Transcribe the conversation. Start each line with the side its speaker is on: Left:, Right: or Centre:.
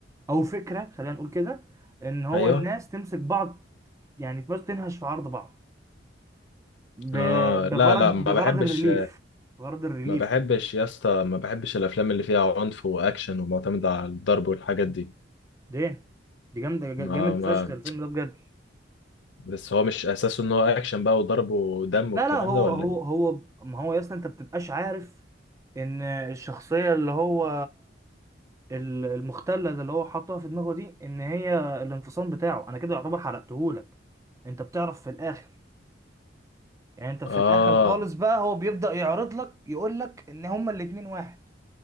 Right: او فكرة خلينا نقول كده ان هو
Left: ايوه
Right: الناس تمسك بعض يعني بس تنهش في عرض بعض ب-
Left: اه
Right: بغرض
Left: لا لا ما
Right: بغرض
Left: بحبش
Right: الريليف غرض الريليف
Left: ما بحبش
Right: كده
Left: يا اسطى ما بحبش الافلام اللي فيها عنف واكشن ومعتمدة على الضرب والحاجات دي
Right: ده دي جامدة جا-
Left: ما
Right: جامد
Left: ما
Right: فشخ الفيلم ده بجد
Left: بس هو مش اساسه ان هو اكشن بقى وضرب ودم
Right: لا
Left: والكلام
Right: لا هو
Left: ده ولا
Right: هو هو ما هو يا اسطى انت بتبقاش عارف ان الشخصيه اللي هو ال- المختله ده اللي هو حاطها في دماغه دي ان هي الانفصام بتاعه انا كده يعتبر حرقتهولك انت بتعرف في الاخر يعني انت في
Left: اه
Right: الاخر خالص بقى هو بيبدا يعرض لك يقول لك ان هما الاتنين واحد